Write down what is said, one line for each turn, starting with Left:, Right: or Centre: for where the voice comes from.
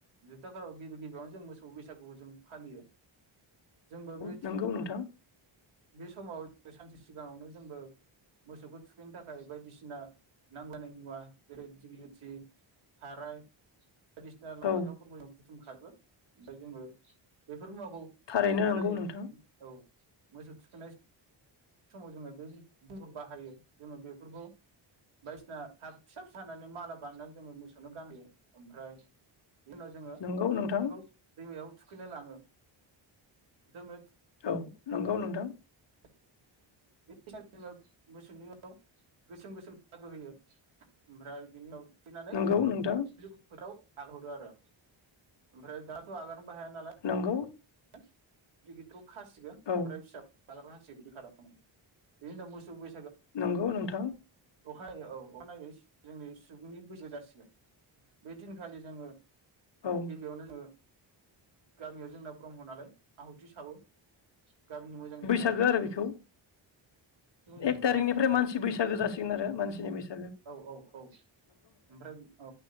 Right: जोबथा खालाराव गिबि गिबियावनो जों मोसौ बैसागुखौ जों फालियो जोंबो बे
Left: नोंगौ नोंथां
Right: बे समाव सानसे सिगाङावनो जोंबो मोसौखौ थुखैनो थाखाय बायदिसिना नांलायनाय मुवा जेरै दिगलिथि थाराय बायदिसिना लाव
Left: औ
Right: फानथाव फोरबो बुथुम <unintelligible> ओमफाय जोंबो बे फोर मुवाखौ
Left: थारैनो
Right: अखानायै
Left: नंगौ नोंथां
Right: औ मोसौ थुखैनाय समाव जोङो बे <unintelligible> बाहायो जोङो बेफोरखौ बायदिसिना थाब फिसा फिसा हानानै माला बानायनानै जोङो मोसौनो गानहोयो ओमफ्राय बिनि उनाव जोङो
Left: नंगौ नोंथां
Right: बेखौ दैमायाव थुखैनो लाङो जोङो
Left: औ नंगौ नोंथां
Right: औ बेनिफ्राय जोङो मोसौनियाव गोसोम गोसोम दागो होयो ओमफ्राय बेनियाव थुखैनानै
Left: नंगौ नोंथां
Right: <unintelligible> फोथाराव आगार हरो आरो ओमफ्राय दा दाथ' हागारनोबो हाया नालाय
Left: नंगौ
Right: <unintelligible> खासिगोन
Left: औ
Right: ओमफ्राय फिसा आगारना हसिगोन बिदि खालामो मोन बिनि उनाव मोसौ बै
Left: नंगौ नोंथां
Right: अखा नायै औ अखानायै जोंनि सुबुंनि बैसागु जासिगोन बे दिनखालि जोङो
Left: औ
Right: गिबियावनो जोंङो गामियाव जोंना ब्रह्म नालाय आहुथि सावो गामिनि मोजांनि थाखाय
Left: <unintelligible> आरो बिखौ
Right: सुबुं
Left: एक थारिकनिफ्राय
Right: अ
Left: मानसि बैसागो जासि आरो मानसिनि बैसा
Right: औ औ औ ओमफ्राय औ